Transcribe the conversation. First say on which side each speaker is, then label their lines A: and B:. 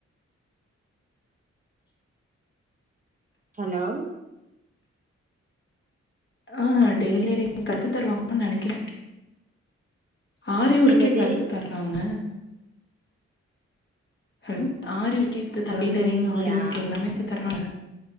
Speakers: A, on the right; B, on the left.
A: ஹலோ
B: ஆ டெய்லரிங் கத்து தருவாங்கன்னு நெனைக்கிறே ஆரி வொர்க்கே
A: என்னது
B: கத்து தராங்க hello aari work tailoring
A: அப்படியா
B: aari வொர்க் எல்லாமே கத்து தராங்க